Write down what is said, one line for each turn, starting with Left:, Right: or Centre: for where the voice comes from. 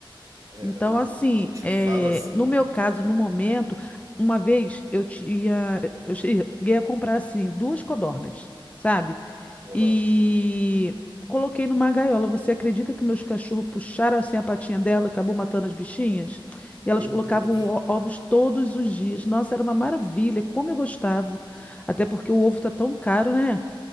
Right: é,
Left: Então,
Right: eu,
Left: assim,
Right: eu te
Left: é,
Right: falo assim.
Left: no meu caso,
Right: e-
Left: no momento, uma vez eu tinha, eu cheguei a comprar assim duas codornas, sabe?
Right: Aham.
Left: e coloquei numa gaiola. Você acredita que meus cachorros puxaram assim a patinha dela, e acabou matando as bichinhas?
Right: Meu
Left: E elas colocavam
Right: Deus,
Left: o- ovos todos os dias. Nossa, era uma maravilha, como eu gostava. Até porque o ovo tá tão caro, né?